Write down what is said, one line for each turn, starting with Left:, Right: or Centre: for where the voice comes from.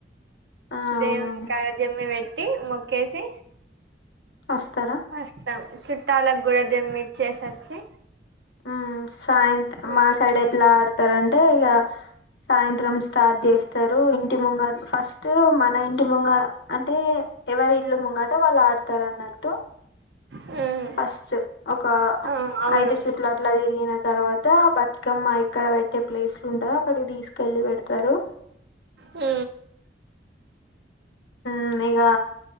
Left: ఆ అవునవును
Right: దేవుని కాాలజమ్మి వెట్ మొక్కేసి
Left: వస్తారా
Right: వస్తాం చుట్టాలకు కూడా దమి చేసొచ్చి
Left: ఉ సాయంత్రం
Right: ఉమ్,
Left: మా సైడ్ ఎట్లా ఆడతారంటే ఇక సాయంత్రం స్టార్ట్ చేస్తారు ఇంటి ముంగ ఫస్ట్ మన ఇంటి ముంగ అంటే ఎవరి ఇల్లు ముంగట వాళ్ళు ఆడతారు అన్నట్టు
Right: ఉమ్
Left: ఫస్ట్ ఒక
Right: ఆ అవును
Left: ఐదు చుట్ల అట్లా తిరిగిన తర్వాత బతుకమ్మ ఇక్కడ పెట్టే ప్లేస్లు ఉండదు అక్కడికి తీసుకెళ్ళి పెడతారు
Right: అ
Left: హ ఇకా